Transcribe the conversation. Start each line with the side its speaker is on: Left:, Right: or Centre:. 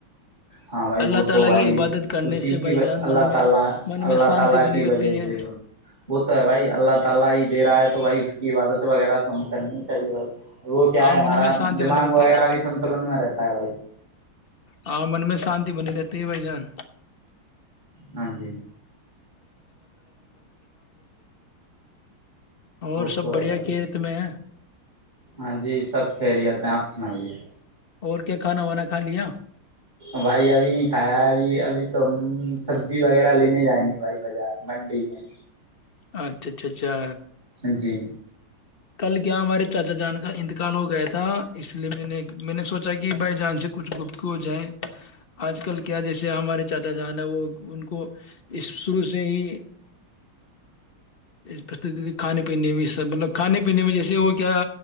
Right: ہاں بھائی
Left: اللہ
Right: وہ
Left: تعالی
Right: تو بھائی
Left: کی عبادت کرنے
Right: اسی
Left: سے
Right: کی
Left: بھائی
Right: اللہ
Left: جان
Right: تعالی
Left: من
Right: اللہ
Left: میں شانتی
Right: تعالی
Left: بنی
Right: کی
Left: رہتی
Right: وجہ سے
Left: ہیں
Right: وہ تو ہے بھائی اللہ تعالی ہی دے رہا ہے تو بھائی اس کی عبادت وغیرہ تو ہم کرنی چاہیے وہ کیا
Left: ہاں
Right: ہے ہمارا
Left: من میں شانتی
Right: دماغ
Left: بنی رہتی
Right: وغیرہ
Left: ہے
Right: بھی سنتولن میں رہتا ہے بھائی
Left: ہاں من میں شانتی بنی رہتی ہے بھائی جان
Right: ہاں جی
Left: اور
Right: وہ
Left: سب
Right: تو
Left: بڑیا
Right: ہے بھائی
Left: کے ت میں
Right: ہاں جی سب خیریتیں آپ سنائیے
Left: اور کیا کھانا وانا کھا لیا
Right: بھائی ابھی نہیں کھایا ہے ابھی ابھی تو ہم سبزی وغیرہ لینے جائیں گے بھائی بازار منڈی میں
Left: اچھا اچھا اچھا
Right: اں جی
Left: کل کیا ہمارے چاچا جان کا انتقال ہو گیا تھا اس لیے میں نے میں نے سوچا کہ بھائی جان سے کچھ گپتگو ہو جائے آج کل کیا جیسے ہمارے چاچا جان ہیں وہ ان کو اس شروع سے ہی پر کھانے پینے میں سب مطلب کھانے پینے میں جیسے وہ کیا